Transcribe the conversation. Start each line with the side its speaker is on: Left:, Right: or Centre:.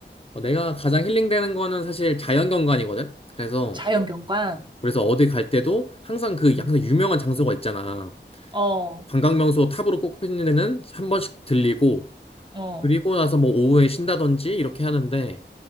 Left: 어, 내가 가장 힐링되는 거는 사실 자연경관이거든. 그래서
Right: 자연 어, 경관.
Left: 그래서 어디 갈 때도 항상 그
Right: 응.
Left: 항상 유명한 장소가 있잖아.
Right: 어,
Left: 관광명소 탑으로 꼽히는 데는 한 번씩 들리고
Right: 어,
Left: 그리고 나서 뭐 오후에 쉰다든지 이렇게 하는데